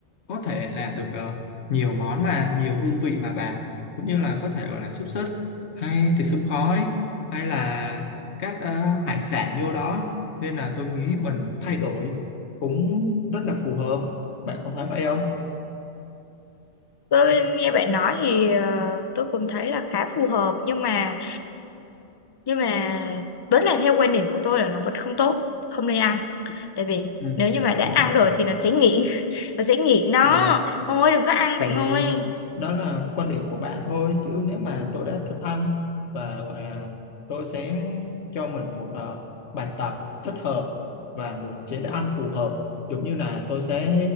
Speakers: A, on the left; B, on the left.
A: có thể làm được ờ, nhiều món mà nhiều hương vị mà bà cũng như là có thể gọi là xúc xích hay thịt xông khói hay là các ờ, hải sản vô đó nên là tôi nghĩ mình thay đổi cũng rất là phù hợp bạn có thấy vậy không?
B: tôi nghe bạn nói thì ờ, tôi cũng thấy là khá phù hợp nhưng mà nhưng mà vẫn là theo quan điểm của tôi là nó vẫn không tốt không nên ăn tại vì
A: Ừ,
B: nếu như mà đã
A: đúng rồi
B: ăn rồi thì nó sẽ nghiện <laughs> nó sẽ nghiện đó
A: Ờ,
B: thôi đừng có ăn bạn
A: thì
B: ơi
A: đó là quan điểm của bạn thôi chứ nếu mà tôi đã thích ăn và gọi là tôi sẽ cho mình một ờ, bài tập thích hợp và một chế độ ăn phù hợp giống như là tôi sẽ